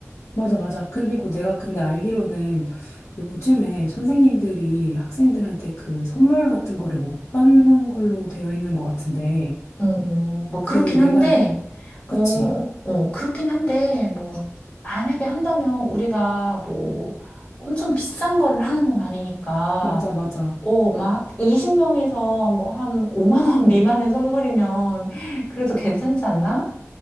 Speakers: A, on the left; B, on the left.
A: 맞아, 맞아. 그리고 내가 근데 알기로는 요즘에 선생님들이 학생들한테 그 선물 같은 거를 못 받는 걸로 되어 있는 것 같은데,
B: 어, 뭐
A: 그
B: 그렇긴
A: 내가,
B: 한데
A: 알- 그치?
B: 어, 어, 그렇긴 한데 뭐 만약에 한다면 우리가 뭐 엄청 비싼 거를 하는 건 아니니까
A: 맞아, 맞아.
B: 어, 막 20명에서 뭐 한 5만 원 미만의 선물이면 그래도 괜찮지 않나?